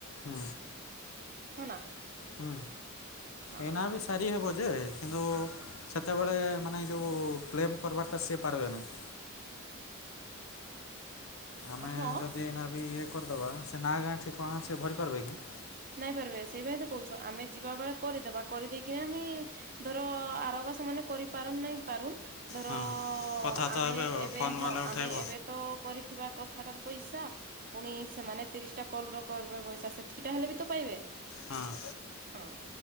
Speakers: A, on the left; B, on the right.
A: ହୁଁ।
B: ହଁ ନା।
A: ହୁଁ
B: ହଁ
A: ଏଇନା ବି ସାରି ହେବ ଯେ କିନ୍ତୁ ସେତେବେଳେ ମାନେ ଏ ଯୋଉ କ୍ଲେମ୍ କର୍ ବାଟା ସେ ପାରିବେ ନାହିଁ। ଆମେ
B: ହଁ
A: ଯଦି ଏଇନା ବି ଇଏ କରିଦବା। ସେ ନାଁ ଗାଁ ଠିକଣା ସେ ଭରିପାରିବେ କି?
B: ନାଇଁ ପାରିବେ ସେଇ ପାଇଁ ତ କୋହୁଛୁ। ଆମେ ଯିବା ବେଳେ କରିଦବା କରିଦେଇକିନା ହିଁ ଧର ଆରୋଗା ସେମାନେ କରିପାରନ୍ ନାଇଁ ପାରୁନ <unintelligible> ଧର
A: ହଁ କଥା ତ
B: ଆମେ
A: ହେବେ
B: ଏବେ
A: ଫୋନ୍
B: ହଁ
A: ଗଲେ ଉଠେଇବ
B: ଆମେ ଏବେ ତ କରିଥିବା କଥାଟାର ପଇସା ପୁଣି ସେମାନେ ତିରିଶଟା କଲ୍ ର କରିବେ ପଇସା ସେଥି କିଟା ହେଲେ ବି ତ ପାଇବେ।
A: ହଁ।
B: ହଁ